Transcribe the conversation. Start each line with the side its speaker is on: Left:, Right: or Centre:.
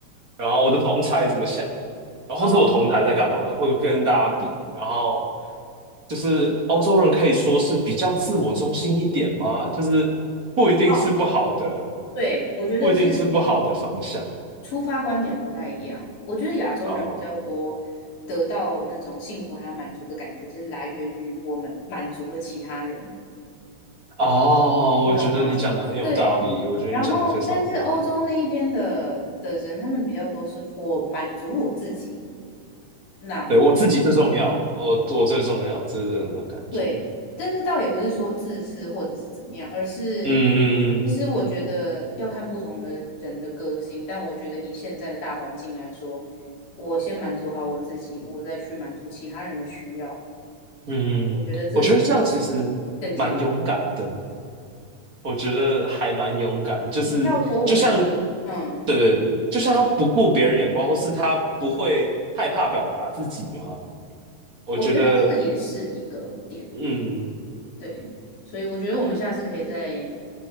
Right: 然后我的同才怎么想，然后或是我同台在干嘛，
Left: 嗯，
Right: 会跟大家比，然后就是欧洲人可以说是比较自我中心一点吗？就是不一定是不好的，
Left: 哦，对，我觉得是
Right: 不一定是不好的方向
Left: 出发观点不太一样。我觉得亚洲人比较多得到那种幸福还有满足的感觉，
Right: 哦
Left: 是来源于我们满足了其他人，
Right: 哦，
Left: 你懂吗？
Right: 我觉得你讲的很有道理，
Left: 对。
Right: 我觉得你讲的非常有道理。
Left: 然后，但是欧洲那一边的的人，他们比较多是我满足我自己，那我。
Right: 对，我自己最重要，我我最重要，就是这种感觉。
Left: 对，但是倒也不是说自私或者是怎么样，而是
Right: 嗯
Left: 其实我觉得要看不同的人的个性。但我觉得以现在的大环境来说，我先满足好我自己，我再去满足其他人的需要，
Right: 嗯，
Left: 我觉得这是
Right: 我觉得这样其实
Left: 更健康。
Right: 蛮勇敢的嘛。我觉得还蛮勇敢，就是就像，
Left: 你跳脱我们，嗯，
Right: 对对对，就像他不顾别人眼光，或是他不会害怕表达自己吗？我觉得，
Left: 我觉得这个也是一个点，
Right: 嗯，
Left: 对，所以我觉得我们下次可以再